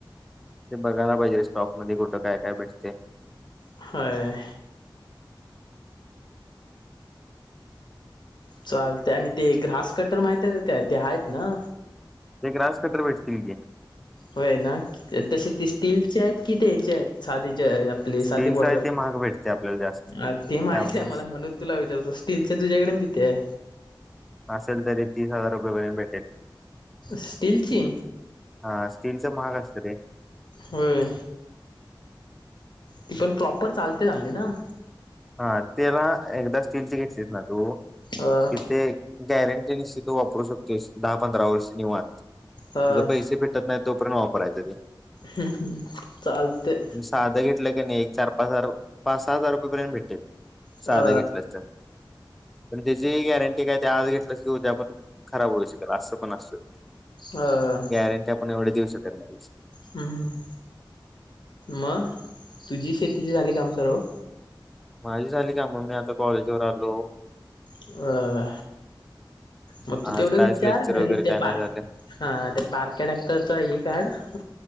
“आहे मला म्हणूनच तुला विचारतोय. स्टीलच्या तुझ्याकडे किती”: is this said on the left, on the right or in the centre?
Left